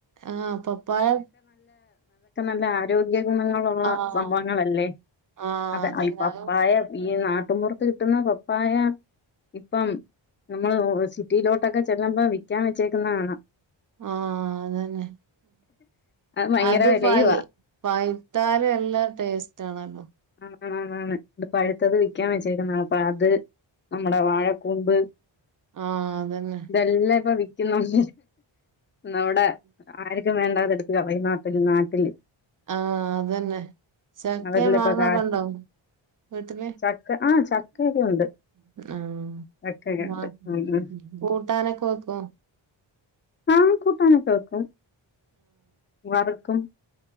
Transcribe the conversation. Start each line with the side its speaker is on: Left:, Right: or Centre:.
Right: ആഹ് പപ്പായ
Left: ല്ല ആരോഗ്യ ഗുണങ്ങളുള്ള
Right: ആഹ്
Left: സംഭവങ്ങളല്ലേ
Right: ആഹ്
Left: അത
Right: അതന്നെ
Left: പപ്പായ
Right: ആഹ്
Left: വീ ഈ നാട്ടുമ്പുറത്ത് കിട്ടുന്ന പപ്പായ ഇപ്പം നമ്മൾ സിറ്റിയിലോട്ടൊക്കെ ചെല്ലുമ്പോ വിക്കാൻ വെച്ചേക്കുന്നഹ് കാണാം
Right: ആഹ് അതെന്നെ
Left: ഭയങ്കര
Right: അത്
Left: വിലയുവാ
Right: പയ് പഴുത്താല് എല്ലാ ടേസ്റ്റ് ആണല്ലോ
Left: ആന്ന് ആന്ന് ആന്ന് ത് പഴുത്തത് വിൽക്കാൻ വെച്ചേക്കുന്നണ് പ്പഅത് അമ്മുളെവാഴക്കൂമ്പ്
Right: ആഹ് അതന്നെ
Left: തെല്ലാം ഇപ്പം വിക്കുന്നുണ്ട് നമ്മടെ ആർക്കും വേണ്ടാതെടുത്ത് കളയുന്ന നാട്ടിൽ നാട്ടില്
Right: ആഹ് അതന്നെ ചക്കയും
Left: അതെല്ലാം
Right: മാങ്ങയും
Left: ഇപ്പൊ കാശ്
Right: ഒക്കെ ഉണ്ടോ വീട്ടില്?
Left: ചക്ക ആ ചക്കയൊക്കെ ഉണ്ട്
Right: ആഹ്.
Left: ചക്കയൊക്കെ
Right: മാ
Left: ഉണ്ട് ഉം ഉം
Right: കൂട്ടാനൊക്കെ വെക്കൂ.
Left: ആ കൂട്ടാനൊക്കെ വെക്കും വറുക്കും.